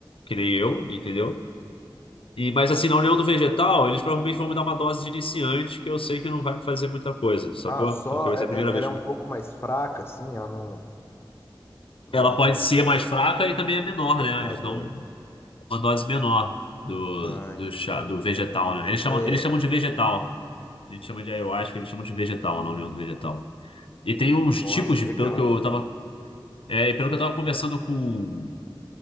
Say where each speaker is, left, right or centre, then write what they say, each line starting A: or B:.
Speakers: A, on the left (about 85°); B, on the left (about 25°).
A: que nem eu, entendeu? E, mas assim, na União do Vegetal, eles provavelmente vão me dar uma dose de iniciante que eu sei que não vai me fazer muita coisa, sacou?
B: Ah, só
A: Porque vai
B: é-
A: ser a primeira
B: é- ela
A: vez
B: é
A: que
B: um
A: eu...
B: pouco mais fraca, assim, ela não, não
A: Ela
B: é
A: pode
B: tão
A: ser mais fraca e também é menor,
B: despertadora.
A: né? Eles dão uma dose menor do,
B: Ah,
A: do
B: entendi.
A: chá, do vegetal, né? Eles chamam,
B: É,
A: eles chamam de vegetal. A gente chama de ayahuasca, eles chamam de vegetal na União do Vegetal. E tem uns
B: nossa,
A: tipos,
B: que
A: de-
B: legal,
A: pelo que eu
B: cara.
A: tava É, e pelo que eu estava conversando com,